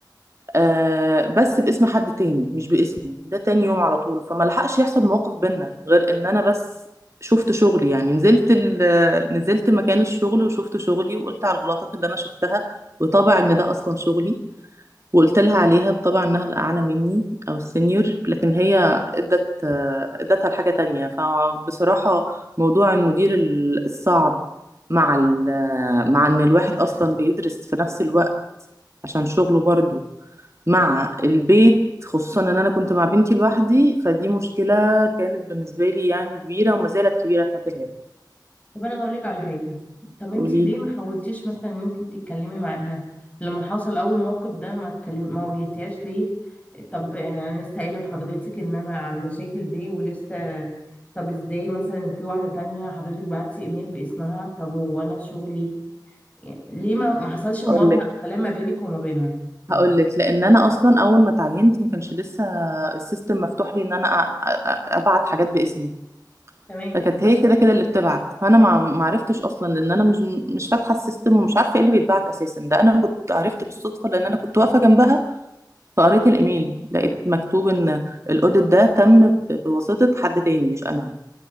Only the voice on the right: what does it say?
آه بس باسم حد تاني مش باسمي ده تاني يوم على طول فما لحقش يحصل مواقف بينا غير ان انا بس شفت شغلي يعني نزلت ال- نزلت مكان الشغل وشفت شغلي وقلت على الغلطات اللي انا شفتها وطبع ان ده اصلا شغلي وقلت لها عليها بطبع انها الاعلى مني او السينيور لكن هي ادت ادتها لحاجه تانية فبصراحه موضوع المدير الصعب مع ال- مع ان الواحد اصلا بيدرس في نفس الوقت عشان شغله برضه مع البيت خصوصا ان انا كنت مع بنتي لوحدي فدي مشكله كانت بالنسبه لي يعني كبيره وما زالت كبيره لحد الان
قولي
اقول لك
هقول لك لان انا اصلا اول ما اتعينت ما كانش لسه السيستم مفتوح لي ان انا أ- أ- ابعت حاجات باسمي
فكانت هي كده كده اللي بتبعت فانا ما ما عرفتش اصلا لان انا مش مش فاتحه السيستم ومش عارفه ايه اللي بيتبعت اساسا ده انا كنت عرفت بالصدفه لان انا كنت واقفه جنبها فقريت الايميل لقيت مكتوب ان الاوديت ده تم ب- بواسطه حد تاني مش انا